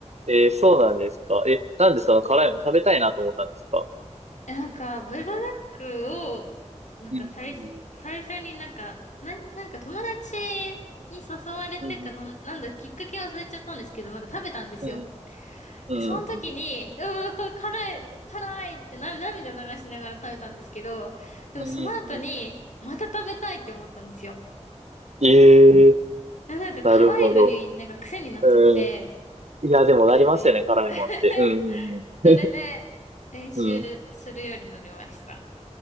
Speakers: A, on the right; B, on the left.
A: えー、そうなんですか。え、なんでその辛いもの食べたいなと思ったんですか
B: なんか、ブラダックを、なんか最、
A: うん、うん、
B: 最初になんか、なん、なんか友達に誘われてかなん、
A: うん、
B: なんだ、きっかけ忘れちゃったんですけど、なんか食べたんですよ。
A: うん、うん、
B: で、その時に、うわ、これ辛い、辛いってな涙流しながら食べたんですけど、でもその後に、
A: うん。うん
B: また食べたいって思ったんですよ。
A: ええ
B: あなんか辛いのになんか癖になっちゃって、
A: なるほど。うん。いや、でもなりますよね、
B: それで、
A: 辛いもんって。
B: <laughs>
A: うん、うん、う
B: それで練習するようになりました。
A: ん。うん